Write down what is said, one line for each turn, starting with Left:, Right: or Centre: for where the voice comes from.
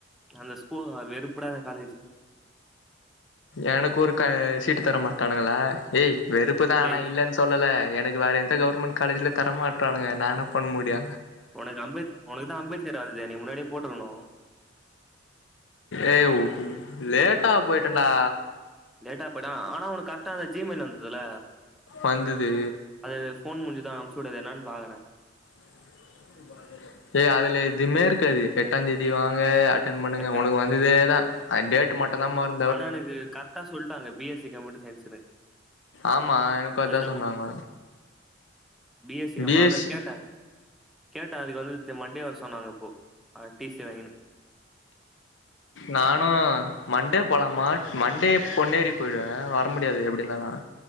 Centre: அந்த ஸ்கூல் வெறுப்புடா அந்த காலேஜு
Left: எனக்கு ஒரு க சீட்டு தரமாட்டானுங்களா ஏய் வெறுப்பு தா
Centre: டேய்
Left: ஆனா இல்லன்னு ஸ் சொல்லல எனக்கு வேற எந்த கவுர்மெண்ட் காலேஜ்ல தரமாட்டறானுக நா என்ன பண்ண முடியு
Centre: உனக்கு அம்பேத் உனக்கு தா அம்பேத்கர் வருதே நீ முன்னாடியே போட்ருக்கணு
Left: ஏ உ கு லேட்டா போயிட்டேன்டா
Centre: லேட்டா பெனா ஆனா உனக்கு கரெக்டா அந்த ஜி மெயில் வந்ததுல
Left: வந்தது
Centre: அது ஃபோன் முடிஞ்சது அம்ச்சுவுடு அது என்னான்னு பாக்குறே
Left: <inaudible> ஏய் அதுல எதுமே இருக்காது எட்டா தேதி வாங்க அட்டன் பண்ணுங்க
Centre: எட்டாந்
Left: உனக்கு வ ந்ததே தா அ டேட் மட்டு தா மாறுது
Centre: ஆனா எனக்கு கரெக்டா சொல்லுட்டாங்க பி எஸ் சி கம்யூட்டர் சயின்ஸ்ன்னு
Left: ஆமா எனக்கு அதா
Centre: அதுக்கு
Left: சொன்னாங்க
Centre: பி ஏ சி எம்
Left: பிஎஸ்சி
Centre: அத கேட்டே கேட்டே அதுக்கு வந்து செரி மண்டே வர சொன்னாங்க அப்போ டி சி வாங்கினு
Left: நானு மண்டே போலாமா மண்டே பொன்னேரி போயிடுவே வர முடியாது எப்டி இருந்தாலு